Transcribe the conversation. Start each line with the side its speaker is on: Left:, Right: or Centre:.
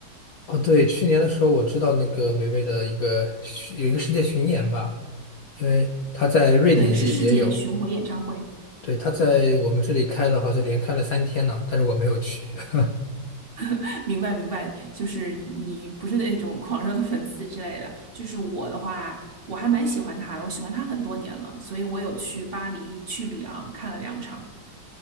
Left: 哦对，去年的时候我知道那个霉霉的一个有一个世界巡演吧，因为他在瑞典也也有。
Right: 对，是世界巡回演唱会。
Left: 对，他在我们这里开了，好像连开了三天呢，但是我没有去。<laughs>
Right: <laughs> 明白明白，就是你不是那种狂热的粉丝之类的，就是我的话，我还蛮喜欢他的，我喜欢他很多年了，所以我有去巴黎、去里昂看了两场。